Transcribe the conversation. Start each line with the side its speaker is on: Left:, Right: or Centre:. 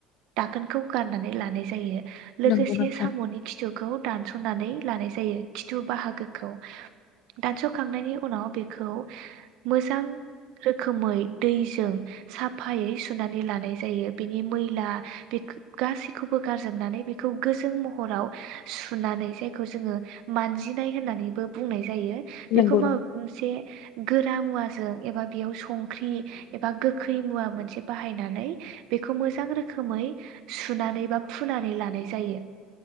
Right: दाखोनखौ गारनानै लानाय जायो लोगोसे
Left: नंगौ नोंथां नंगौ नोंथां
Right: सामनि खिथुखौ दानसनानै लानाय जायो खिथु बाहागोखौ दानसखांनायनि उनाव बेखौ मोजां रोखोमै दैजों साफायै सु सुनानै लानाय जायो बिनि मैला बे गासैखौबो गारजोबनानै बेखौ गोजों महराव सुनानै जायखौ जोङो मानजिनाय होननानैबो बुंनाय जायो जायो
Left: नंगौ
Right: बेखौ
Left: नोंथां
Right: मा मोनसे गोरा मुवाजों एबा बेयाव संख्रि एबा गोखै मुवा मोनसे बाहायनानै बेखौ मोजां रोखोमै सुनानै बा फुनानै लानाय जायो